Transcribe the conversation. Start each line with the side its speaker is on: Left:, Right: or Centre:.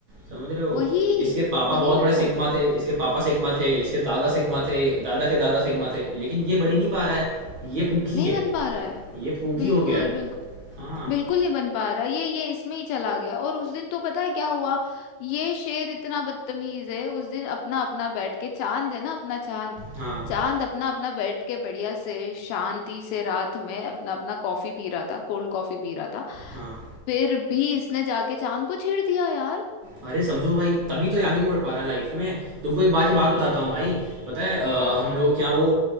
Right: समझ रहे हो?
Left: वही
Right: इसके पापा
Left: वही
Right: बहुत
Left: बता
Right: बड़े सिग्मा
Left: रही हूँ
Right: थे, इसके पापा सिग्मा थे, इसके दादा सिग्मा थे, दादा के दादा सिग्मा थे, लेकिन ये बन ही नहीं पा रहा है, ये पूकी
Left: नहीं
Right: है,
Left: बन पा रहा है
Right: ये पूकी
Left: बिल्कुल
Right: हो गया है। हाँ,
Left: बिल्कुल नहीं बन पा रहा ये ये इसमें ही चला गया और उस दिन तो पता है क्या हुआ ये शेर इतना बदतमीज है उस दिन अपना अपना बैठ के चांद है ना अपना चांद
Right: हाँ,
Left: चांद अपना अपना बैठ के बढ़िया से शांति से रात में अपना अपना कॉफी पी रहा था कोल्ड कॉफी पी रहा था
Right: हाँ।
Left: फिर भी इसने जाके चांद को छेड़ दिया यार
Right: अरे समझो भाई तभी तो ये आगे नहीं बढ़ पा रहा लाइफ में तुमको एक बात की बात बताता हूँ भाई पता है अ,
Left: हाँ
Right: हम लोग क्या वो